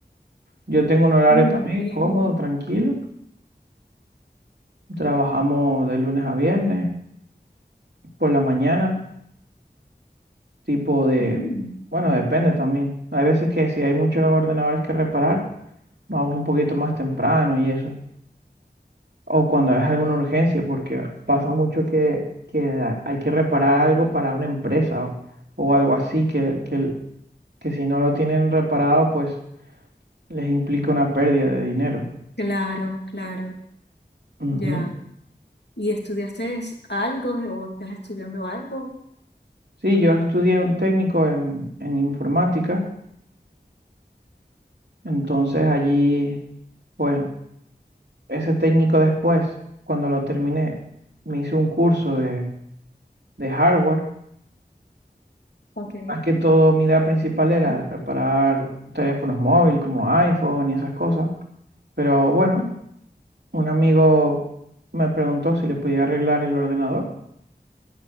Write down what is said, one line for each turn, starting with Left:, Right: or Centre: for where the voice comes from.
Right: Yo tengo un horario
Left: No,
Right: también
Left: muy
Right: cómodo,
Left: bien.
Right: tranquilo. Trabajamos de lunes a viernes, por la mañana, tipo de,
Left: Mm,
Right: bueno, depende también. Hay veces que si hay muchos ordenadores que reparar, vamos un poquito más temprano y eso. O cuando es alguna urgencia, porque pasa mucho que, que ha- hay que reparar algo para una empresa o, o algo así, que, que, el- que si no lo tienen reparado, pues les implica una pérdida de dinero.
Left: Claro, claro,
Right: Ujú.
Left: ya. ¿Y estudiaste es- algo o estás estudiando algo?
Right: Sí, yo estudié un técnico en, en informática, entonces allí, pues ese técnico después, cuando lo terminé, me hice un curso de, de hardware.
Left: Ok.
Right: Más que todo, mi idea principal era
Left: <laughs>
Right: reparar teléfonos móviles como iPhone y esas cosas. Pero bueno, un amigo me preguntó si le podía arreglar el ordenador